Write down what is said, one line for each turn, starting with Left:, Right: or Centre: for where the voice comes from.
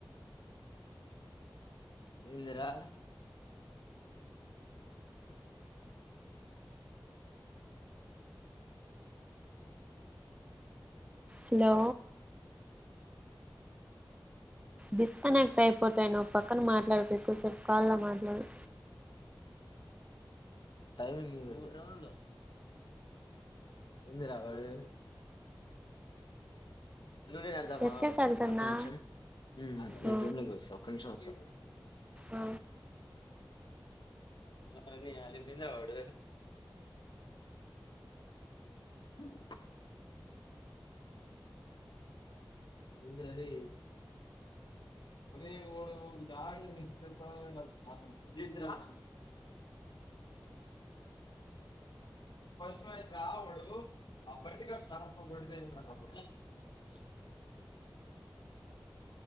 Left: ఏందిరా
Right: హలో డిస్కనెక్ట్ అయిపోతాయి నువ్వు పక్కన మాట్లాడకు ఎక్కువ సేపు కాల్ లో మాట్లాడు
Left: టైమింగ్ లో ఎ రాబ <unintelligible> అందుే నదావా
Right: ఎక్కడికి వెళ్తున్నా
Left: అకు నిమిషం <unintelligible> ఉం ఉం వీడి
Right: ఆ
Left: రూమ్ లో కి పోయి వస్తా ఒక్క నిమిషం వస్త
Right: ఆ
Left: ఒరిని అలిగిండా వాడు అ ఉంది రరే ఒరే ని <unintelligible> వస చ <unintelligible> అ రాబడు అబటి కడిద <unintelligible>